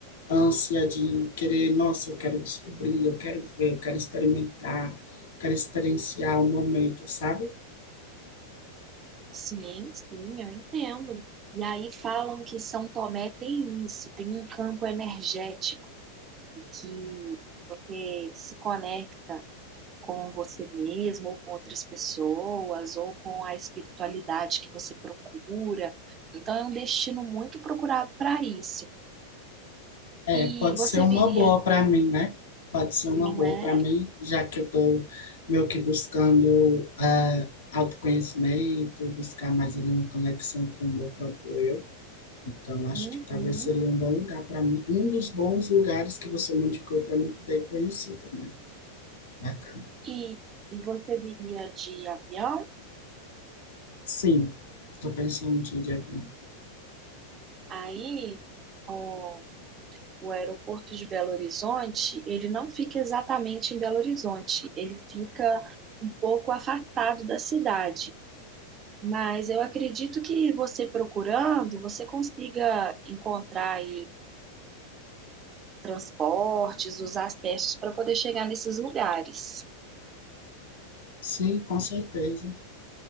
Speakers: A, on the left; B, on the right.
A: ânsia de querer, nossa, eu quero descobrir, eu quero ver, eu quero experimentar, quero experienciar o momento, sabe?
B: Sim, sim, eu entendo. E aí falam que São Tomé tem isso, tem um campo energético que você se conecta com você mesmo, ou com outras pessoas, ou com a espiritualidade que você procura. Então, é um destino muito procurado para isso.
A: É,
B: E
A: pode
B: você
A: ser uma
B: viria,
A: boa para mim, né? Pode ser uma
B: não
A: boa
B: é?
A: para mim, já que eu estou meio que buscando ah, autoconhecimento, buscar mais ali uma conexão com o meu próprio eu. Então, acho
B: Uhum.
A: que talvez seria um bom lugar para mim, um dos bons lugares que você me indicou para mim poder conhecer também. Bacana.
B: E, e você viria de avião,
A: Sim, estou pensando de ir de avião.
B: aí o, o aeroporto de Belo Horizonte, ele não fica exatamente em Belo Horizonte, ele fica um pouco afastado da cidade. Mas eu acredito que você procurando, você consiga encontrar aí transportes, os acessos para poder chegar nesses lugares.
A: Sim, com certeza.